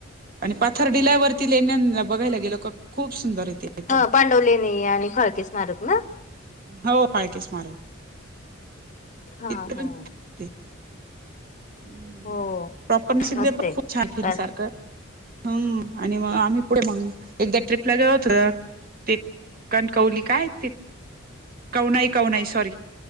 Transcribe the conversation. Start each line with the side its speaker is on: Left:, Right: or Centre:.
Right: आणि पाथर डिलावरती लेण्या बघायला गेलो का खूप सुंदर आहे ते. पण
Left: ह पांडवले नाही आणि फळके स्मारक ना.
Right: हो फाळके स्मारक.
Left: हा
Right: इथे पण
Left: हा‌.
Right: <inaudible>
Left: हो
Right: प्रॉपर <unintelligible> म्यसिक
Left: मस्त
Right: दे पण
Left: आहे.
Right: खूप छान फिरनसारखं.
Left: अ,
Right: हम्म आणि मग आम्ही पुढे मग एकदा ट्रिपला गेलो होत ते. कणकवली काय ते कौ नाही, कौ नाही सॉरी